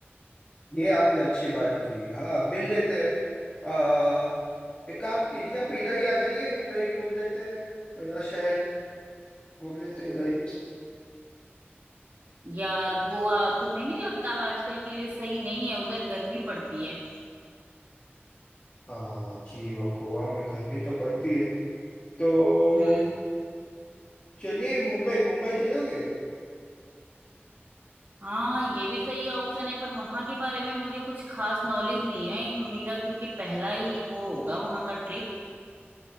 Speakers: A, on the left; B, on the right.
A: ये आपने अच्छी बात की हाँ मिल लेते हैं आ, एक काम कीजिए आप इधर ही आ जाइए इधर ही घूम लेते हैं मेरा शहर घूम लेते हैं इधर ही
B: यार गोवा तुम्हें नहीं लगता आजकल के लिए सही नहीं है उधर गर्मी पड़ती है
A: हाँ जी वो गोवा में गर्मी तो पड़ती है तो
B: हम्म
A: चलिए मुंबई मुंबई चलोगे
B: हाँ ये भी सही ऑप्शन है पर वहां के बारे में मुझे कुछ खास नॉलेज नहीं है मेरा क्योंकि पहला ही वो होगा वहां का ट्रिप